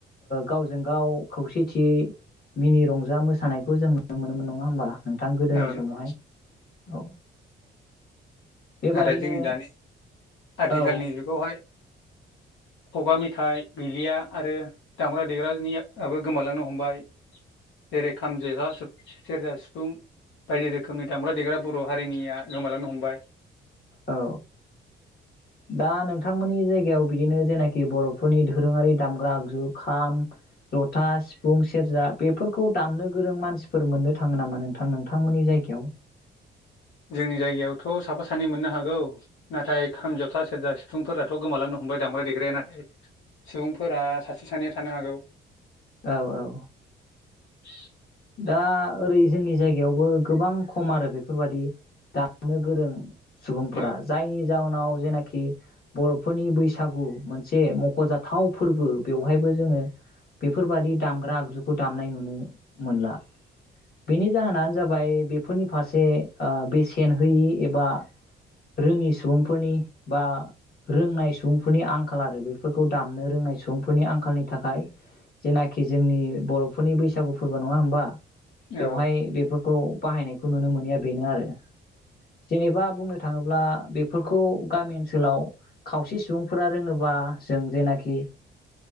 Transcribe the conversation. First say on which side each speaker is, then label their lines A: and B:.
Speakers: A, on the left; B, on the left.
A: गावजों गाव खौसेथियै मिनि रंजा मो सानायखौ जों नुनो मोनोमोन नङा होमबा नोंथां गोदोनि
B: औ नंगौ।
A: समावहाय औ बेबादिनो
B: नाथाय जोंनि दानि आथिखालनि
A: औ
B: जुगावहाय खुगा मेथाइ गैलिया आरो दामग्रा देग्रानियाबो गोमालांनो हमबाय जेरै खाम जेखा सेरजा सिफुं बायदि रोखोमनि दामग्रा देग्रा बर' हारिनिया गोमालांनो हमबाय
A: औ दा नोंथांमोननि जायगायाव बिदिनो जेनाखि बर'फोरनि दोरोङारि दामग्रा आगजु खाम जथा सिफुं सेरजा बेफोरखौ दामनो गोरों मानसिफोर मोननो थाङो नामा नोंथां नोंथांमोननि जायगायाव
B: जोंनि जायगायावथ' साफा सानै मोननो हागौ नाथाय खाम जथा सेरजा सुबुंफफोराथ' गोमालांनो हमबाय दामग्रा देग्राया नाथाय सुबुंफोरा सासे सानैया थानो हागौ
A: औ औ
B: <inaudible>
A: दा ओरै जोंनि जायगायावबो गोबां खम आरो बेफोरबायदि दामनो गोरों सुबुंफोरा
B: औ
A: जाय जाउनाव जेनाखि बर'फोरनि बैसागु मोनसे मख'जाथाव फोरबो बेवहायबो जोङो बेफोरबादि दामग्रा आगजुखौ दामनाय नुनो मोनला बेनि जाहोनानो जाबाय बेफोरनि फारसे बेसेन होयि एबा रोङि सुबुंफोरनि बा रोंनाय सुबुंफोरनि आंखाल आरो बेफोरखौ दामनो रोंनाय सुबुंफोरनि आंखालनि थाखाय जेनाखि जोंनि बर'फोरनि बैसागु फोरबा नङा होमबा
B: औ
A: बेवहाय बेफोरखौ बाहायनायखौ नुनो मोनिया बेनो आरो जेनेबा बुंनो थाङोब्ला बेफोरखौ गामि ओनसोलाव खावसे सुबुंफोरा रोङोबा जों जेनाखि